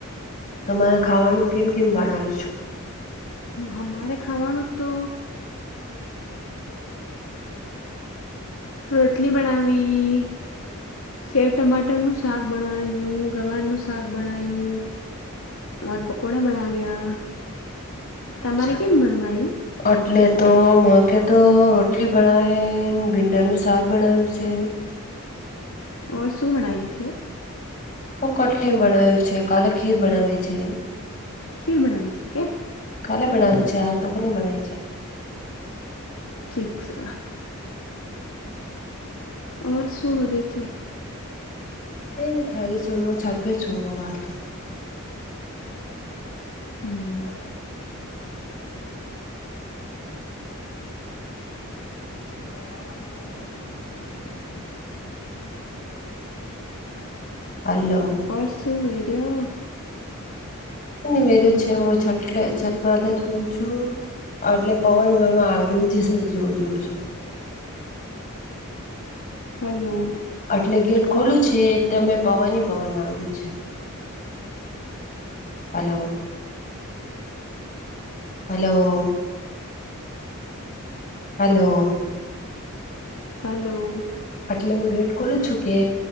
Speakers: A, on the left; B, on the left.
A: તમારે ખાવાનું કેમ કેમ બણાવ્યું છે?
B: હમારે ખાવાનું તો રોટલી બનાવી, સેવ ટમાટ ટ નું શાક બણ્યું ગવારનું સાક બનાાયું, ઓર પકકોડા બનાાવ્યા. તમારે
A: અચ્છા
B: કેમ ભણવાયું?
A: એટલે તો માકે તો રોટલી ભણવે ભીંડાનું શાક બણયું છે.
B: ઓર શું મણાય છે?
A: હ કટલી બનાવ્યું છે કાલે ખીર બનાવી છે.
B: ખીર બનાની છે કે?
A: કાલે ભણાવી છે આ તો કોની બણાય છે.
B: ઠીક છે. ઓઔર શહરે છે?
A: કઈ ન થારી છે હું છાપે છું વાતો.
B: હમ. <unintelligible>
A: હલો <inaudible> હાલો.
B: ઓરસું હર્યો?
A: મેધું છે હું છટલે છટમાં થું છું. એટલે પવન ગણું આવર્યું જશે જોર જોર છું.
B: હલો.
A: એટલે ગેટ ખોલું છે તમે પવન પવન આવર્યું છે. Hello, hello. હલો.
B: હલો.
A: આટલે હું ગેટ ખોલું છું કે